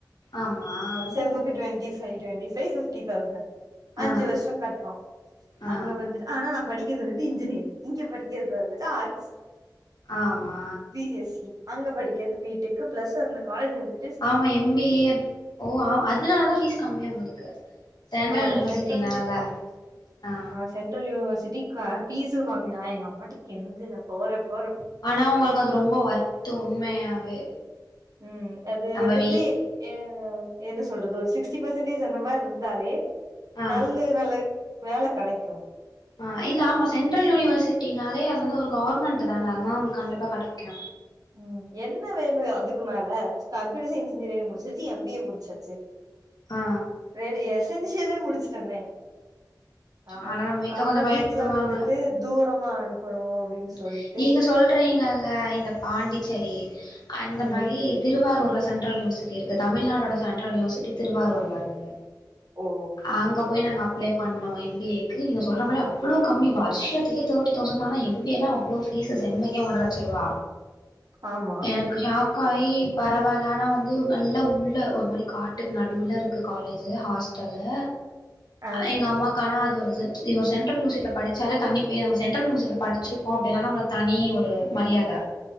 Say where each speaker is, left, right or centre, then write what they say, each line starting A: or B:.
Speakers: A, on the left; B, on the right.
A: ஆமா ரொம்ப
B: செமுக்கு
A: கம்மியாதா
B: டுவெண்ட்டிஃபைவ்
A: இருக்கு
B: டுவெண்டிஃபைவ் ஃப்ட்டி டொயுசன்ட் அஞ்சு
A: ஆ
B: வருஷோ கட்றோ
A: ஆ
B: அங்க வந்து ஆனா படிக்கறது வந்து இன்ஜினியரிங் இங்க படிக்கறது வந்து ஆர்ட்ஸ்
A: ஆமா
B: பி எஸ் சி அங்க படிக்கறது பி டெங்கு பிளஸ் அந்த காலேஜ் வந்து
A: ஆமா எம் பி ஏ ஓ ஆ அதனால தா ஃபீஸ் கம்மி உங்களுக்கு சென்ட்ரல்
B: ஆ
A: யூனிவர்சிட்டினால
B: சென்டரல் காலேஜ்
A: ஆ
B: சென்ட்ரல் யூனிவர்சிட்டி ஃபீஸூ கம்மி தா எங்கள் அம்மாட்ட கெஞ்சன போற போற
A: ஆனா உங்களுக்கு அது ரொம்ப ஒர்த்து உண்மையாவே
B: ம் அது
A: நம்ம
B: வந்துட்டு
A: வீட்
B: ம் என்ன சொல்றது ஒரு சிக்ஸ்டி பெர்சன்டேஜ் அந்த மாதிரி இருந்தாலே
A: ஆ
B: நல்ல நல்ல வேல கிடைக்கு
A: ஆ இல்ல ஆமா சென்ட்ரல் யூனிவர்சிட்டினாலே அது வந்து ஒரு கவர்மெண்ட் தான அதுதா உங்களுக்கு கண்டிப்பா கிடைக்கு
B: ம் என்ன வேணு அதுக்கு மேல கம்ப்யூட்டர் சயின்ஸ் டிகிரி முடிச்சு இன்ஜினியரிங் முடிச்சாச்சு எம் பி ஏ முடிச்சாச்சு
A: ஆ
B: ரெ எசன்சியலே முடிச்சுட்டோமே ஆ
A: ஆனா நம்ம வீட்ல
B: ஆனா
A: கொஞ்சோ பயப்படுவாங்க
B: வீட்டுல வந்துட்டு தூரமா அனுப்பணு அப்டின்னு
A: ம்
B: சொல்லிட்டு
A: நீங்க சொல்றீங்கல இந்த பாண்டிச்சேரி அந்த
B: ம்
A: மாதிரி திருவாரூர்ல சென்ட்ரல் யூனிவர்சிட்டி இருக்கு தமிழ்நாடோட சென்ட்ரல் யூனிவர்சிட்டி திருவாரூர்ல இருக்கு
B: ஓ
A: அங்க போய் நாங்க அப்ளே பண்ணோ எம் பி ஏ க்கு நீங்க சொல்ற மாரி அவ்ளோ கம்மி வருஷத்துகே thirty thousand M B A லா ஃபீஸ் செம்முக்கே ஒன்றலச்சிருவா
B: ஆமா
A: எனக்கு ஷாக்க ஆயி பரவாயில்ல ஆனா வந்து நல்லா உள்ள ஒரு மாரி காட்டுக்கு நடுவுல இருக் காலேஜி ஹாஸ்டலு
B: ஆ
A: எங்க அம்மா ஆனா அது ஒரு இது இது சென்டரல் யூனிவர்சிட்டில படிச்சாலே தனிப்பே நம் சென்டல் படிச்சிருக்கோ அப்டினு நம்ம தனி ஒரு மரியாத